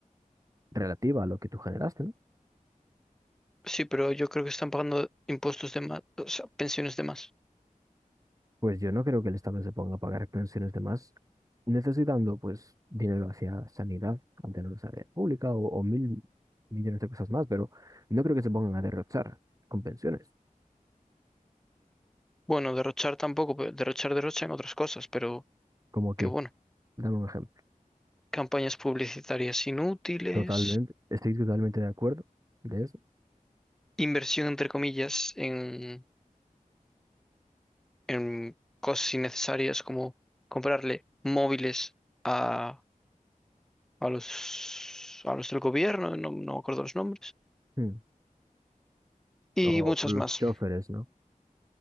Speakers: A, on the right; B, in the centre.
A: relativa a lo que tú generaste, ¿no?
B: Sí, pero yo creo que están pagando impuestos de más, o sea, pensiones de más.
A: Pues yo no creo que el Estado se ponga a pagar pensiones de más, necesitando pues dinero hacia sanidad, ante mantener sanidad pública o, o mil millones de cosas más, pero no creo que se pongan a derrochar con pensiones.
B: Bueno, derrochar tampoco, pero derrochar derrocha en otras cosas, pero
A: Como que,
B: qué bueno.
A: dame un ejemplo.
B: Campañas publicitarias inútiles,
A: Totalmente, estoy totalmente de acuerdo de eso.
B: inversión entre comillas en, en cosas innecesarias como comprarle móviles a, a los, a los del gobierno, no, no me acuerdo los nombres,
A: Mm.
B: y
A: O,
B: muchas
A: o los
B: más.
A: choferes, ¿no?